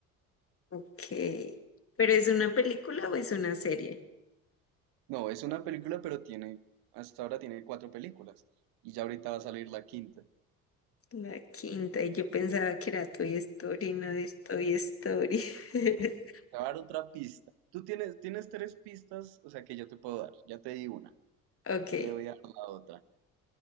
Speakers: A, on the left (about 30°); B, on the right (about 60°).
A: Ok. ¿Pero es una película o es una serie?
B: No, es una película, pero tiene, hasta ahora tiene cuatro películas. Y ya ahorita va a salir la quinta.
A: La quinta, y yo pensaba que era Toy Story, no es Toy Story. <laughs>
B: Te voy a dar otra pista. Tú tienes, tienes tres pistas, o sea que yo te puedo dar. Ya te di una.
A: Ok,
B: Te voy a dar la otra.